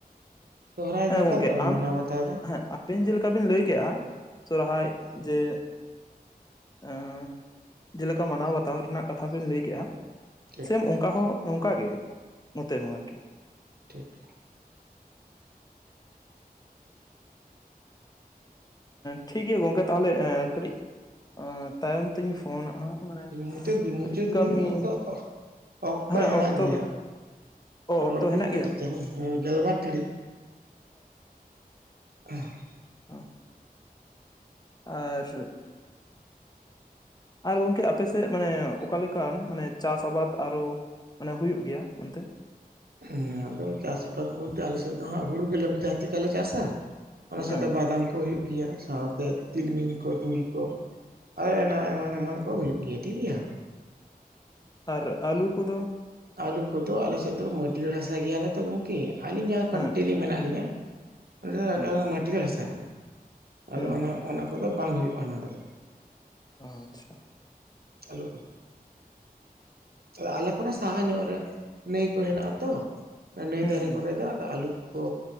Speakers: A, on the right (about 75°); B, on the left (about 25°).
A: ᱥᱚᱦᱨᱟᱭ
B: ᱦᱮᱸ
A: ᱫᱚ ᱚᱠᱟ
B: ᱜᱚᱝᱠᱮ
A: ᱞᱮᱠᱟ ᱯᱮ
B: ᱟᱢ,
A: ᱢᱟᱱᱟᱣ ᱵᱟᱛᱟᱣ ᱮᱫᱟ?
B: ᱦᱮᱸ ᱟᱯᱤᱱ ᱡᱮᱞᱮᱠᱟ ᱵᱤᱱ ᱞᱟᱹᱭ ᱠᱮᱜᱼᱟ ᱥᱚᱨᱦᱟᱭ ᱡᱮ ᱮᱸ ᱡᱮᱞᱮᱠᱟ ᱢᱟᱱᱟᱣ ᱵᱟᱛᱟᱣ ᱨᱮᱱᱟᱜ ᱠᱟᱛᱷᱟ ᱵᱤᱱ ᱞᱟᱹᱭ ᱠᱮᱜᱼᱟ,
A: ᱴᱷᱤᱠ
B: ᱥᱮᱢ ᱚᱝᱠᱟ ᱦᱚᱸ ᱚᱝᱠᱟ ᱜᱮ ᱱᱚᱛᱮ ᱦᱚᱸ ᱟᱨᱠᱤ᱾
A: ᱴᱷᱤᱠ᱾
B: ᱴᱷᱤᱠ ᱜᱮᱭᱟ ᱜᱚᱝᱠᱮ ᱛᱟᱦᱚᱞᱮ ᱮᱸ ᱠᱟᱹᱴᱤᱡ, ᱛᱟᱭᱚᱢ ᱛᱤᱧ ᱯᱷᱳᱱᱟ ᱦᱟᱸᱜ᱾ ᱢᱟᱱᱮ
A: ᱢᱩᱪᱟᱹᱫ ᱵᱤᱱ
B: ᱠᱟᱹᱴᱤᱡ
A: ᱢᱩᱪᱟᱹᱫ
B: ᱠᱟᱹᱢᱤ
A: ᱵᱤᱱ ᱚᱠᱛᱚ, ᱚᱠᱛᱚ
B: ᱦᱮᱸ
A: ᱦᱮᱱᱟᱜ ᱜᱮᱭᱟ᱾
B: ᱠᱟᱹᱴᱤᱡ ᱚ
A: ᱨᱚᱲ
B: ᱚᱠᱛᱚ
A: ᱵᱤᱱ
B: ᱦᱮᱱᱟᱜ
A: ᱠᱟᱹᱴᱤᱡ
B: ᱜᱮᱭᱟ
A: ᱪᱩᱞᱩᱝ ᱩᱸ ᱜᱮᱞᱵᱟᱨ ᱴᱤᱲᱤᱡ᱾ <inaudible>
B: ᱦᱩᱸ᱾ ᱟᱨ ᱟᱨ ᱜᱚᱝᱠᱮ ᱟᱯᱮ ᱥᱮᱫ ᱢᱟᱱᱮ ᱚᱠᱟ ᱞᱮᱠᱟᱱ ᱢᱟᱱᱮ ᱪᱟᱥ ᱟᱵᱟᱫ ᱟᱨᱚ ᱢᱟᱱᱮ ᱦᱩᱭᱩᱜ ᱜᱮᱭᱟ ᱚᱱᱛᱮ?
A: ᱦᱩᱸᱻ ᱟᱫᱚ ᱪᱟᱥ ᱟᱵᱟᱫ ᱵᱚᱞᱛᱮ ᱟᱞᱮ ᱥᱮᱫ ᱫᱚ ᱦᱟᱸᱜ ᱦᱩᱲᱩ ᱜᱮᱞᱮ ᱡᱟᱥᱛᱤ <unintelligible> ᱪᱟᱥᱟ, ᱚᱱᱟ
B: ᱦᱮᱸ
A: ᱥᱟᱶᱛᱮ ᱵᱟᱫᱟᱢ ᱠᱚ ᱦᱩᱭᱩᱜ ᱜᱮᱭᱟ ᱥᱟᱶᱛᱮ ᱛᱤᱞᱢᱤᱧ ᱠᱚ, ᱛᱩᱲᱤ ᱠᱚ᱾ ᱟᱨ ᱟᱭᱢᱟ ᱮᱢᱟᱱ ᱮᱢᱟᱱ ᱠᱚ ᱦᱩᱭᱩᱜ ᱜᱮᱭᱟ ᱴᱷᱤᱠ ᱜᱮᱭᱟ᱾
B: ᱟᱨ ᱟᱞᱩ ᱠᱚᱫᱚ?
A: ᱟᱞᱩ ᱠᱚᱫᱚ ᱟᱞᱮ ᱥᱮᱫ ᱫᱚ ᱢᱟᱹᱴᱤᱭᱟᱹᱲ ᱦᱟᱥᱟ ᱜᱮᱭᱟᱞᱮ ᱛᱚ ᱜᱚᱝᱼ ᱠᱮ ᱟᱞᱤᱧ ᱡᱟᱦᱟᱸ ᱠᱟᱱᱴᱮᱞᱤ
B: ᱦᱮᱸ
A: ᱢᱮᱱᱟᱜ ᱞᱤᱧᱟ, ᱚᱸᱰᱮ
B: ᱦᱩᱸ
A: ᱫᱚ <inaudible> ᱢᱟᱴᱤᱭᱟᱹᱲ ᱦᱟᱥᱟ ᱠᱟᱱᱟ᱾ ᱟᱫᱚ
B: ᱦᱩᱸ
A: ᱚᱱᱟ ᱚᱱᱟ ᱠᱚᱫᱚ ᱵᱟᱝ ᱦᱩᱭᱩᱜᱼᱟ ᱱᱚᱸᱰᱮ ᱫᱚ᱾
B: ᱟᱪᱪᱷᱟ᱾
A: ᱟᱞᱩ ᱠᱚ ᱫᱚ᱾ ᱟᱫᱚ ᱟᱞᱮ ᱠᱷᱚᱱᱟᱜ
B: ᱦᱮᱸ
A: ᱥᱟᱦᱟ ᱧᱚᱜ ᱨᱮ ᱱᱟᱹᱭ ᱠᱚ ᱦᱮᱱᱟᱜᱼᱟ ᱛᱚ, ᱚᱱᱟ ᱱᱟᱹᱭ
B: ᱦᱩᱸ
A: ᱫᱷᱟᱨᱮ
B: ᱦᱩᱸ
A: ᱠᱚᱨᱮ ᱫᱚ ᱟᱫᱚ ᱟᱞᱩ ᱠᱚ,